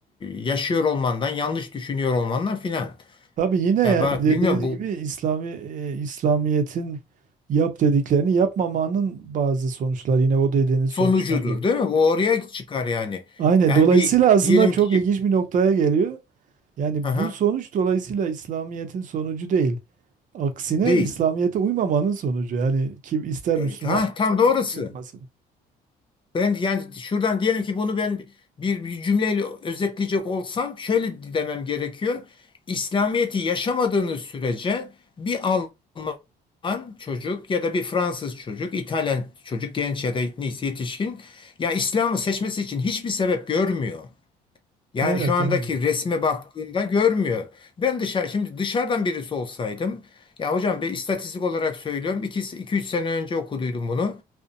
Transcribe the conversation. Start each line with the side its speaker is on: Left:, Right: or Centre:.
Left: yaşıyor olmandan, yanlış düşünüyor olmandan filan.
Right: Tabii yine yani
Left: Ya ben
Right: dediğiniz
Left: bilmiyorum bu
Right: gibi İslami e, İslamiyet'in yap dediklerini yapmamanın bazı sonuçlar yine o dediğiniz
Left: sonucudur
Right: sonuçlar yine.
Left: değil mi? Bu oraya çıkar yani.
Right: Aynen.
Left: Yani
Right: Dolayısıyla
Left: bir
Right: aslında
Left: diyelim
Right: çok
Left: ki
Right: ilginç bir noktaya geliyor. Yani
Left: aha,
Right: bu sonuç dolayısıyla İslamiyet'in sonucu değil. Aksine
Left: değil.
Right: İslamiyet'e uymamanın sonucu. Yani kim ister
Left: E,
Right: Müslüman
Left: Ha, tam doğrusu.
Right: ister yapmasın.
Left: Ben yani şuradan diyelim ki bunu ben bir, bir cümleyle özetleyecek olsam şöyle demem gerekiyor. İslamiyet'i yaşamadığınız sürece bir Alman çocuk ya da bir Fransız çocuk, İtalyan çocuk, genç ya da neyse yetişkin ya İslam'ı seçmesi için hiçbir sebep görmüyor. Yani
Right: Evet,
Left: şu andaki
Right: aynen.
Left: resme baktığında görmüyor. Ben dışarı şimdi dışarıdan birisi olsaydım ya hocam bir istatistik olarak söylüyorum. iki 2-3 sene önce okuduydum bunu.